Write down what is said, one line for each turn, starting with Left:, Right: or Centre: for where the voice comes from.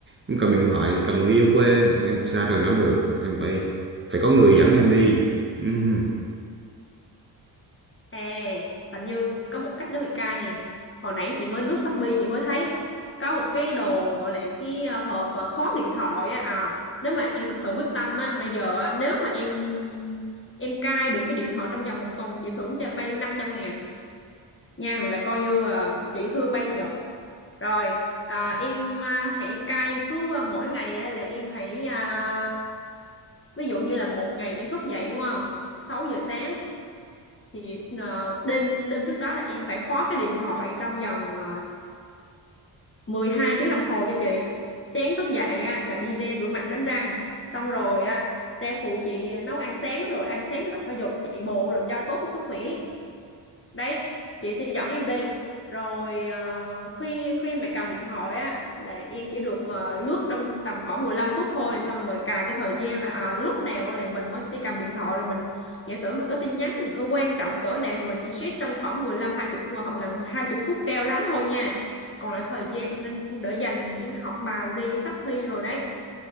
Right: em cầm điện thoại cầm người yêu của em em không xa rời nó được em phải phải có người dẫn em đi Ừm,
Left: à hình như có một cách nữa mày cai nè hồi nãy chị mới lướt Shopee chị mới thấy có một cái đồ gọi là cái ờ, hộp ờ, khóa điện thoại á à nếu mà em thật sự quyết tâm á bây giờ á, nếu mà em em cai được cái điện thoại trong vòng một tuần chị thưởng cho bay 500 ngàn nha là coi như ờ, chị thưa bay thiệt rồi à, em à, hãy cai cứ à, mỗi ngày á, là em hãy à, ví dụ như là một ngày em thức dậy đúng không 6 giờ sáng thì ờ, đêm đêm trước đó là em phải khóa cái điện thoại trong vòng ờ, 12 tiếng đồng hồ cho chị sáng thức dậy á là đi ra rửa mặt đánh răng xong rồi á ra phụ chị nấu ăn sáng rồi ăn sáng rồi tập thể dục chạy bộ rồi cho tốt cho sức khỏe đấy chị sẽ dẫn em đi rồi ờ, khi khi mà cầm điện thoại á là em chỉ được ờ, lướt trong tầm khoảng 15 phút thôi xong rồi cài cái thời gian là ờ, lúc nào á là mình mới sẽ cầm điện thoại rồi mình giả sử mình có tin nhắn gì có quan trọng cỡ nào thì mình chỉ check trong khoảng 15 20 phút hoặc là 20 phút cao lắm thôi nha còn lại thời gian em nên đỡ dành em học bài đi em sắp thi rồi đấy